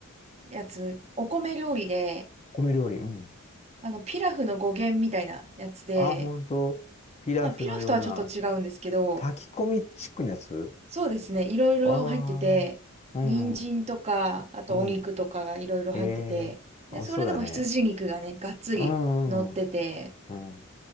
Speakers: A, on the right; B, on the left.
A: やつ、お米料理で、
B: 米料理。うん。
A: あの、ピラフの語源みたいなやつで、
B: ああ、本当。ピラフのような、
A: まあ、ピラフとはちょっと違うんですけど、
B: 炊き込みチックのやつ
A: そうですね、いろいろ入ってて、
B: ああー、うん、
A: 人参とか、あとお肉とかがいろいろ入ってて、
B: うん。ええー、
A: で、
B: 美味しそうだね。
A: それでも羊肉がね、がっつり乗ってて、
B: うん、うん、うん。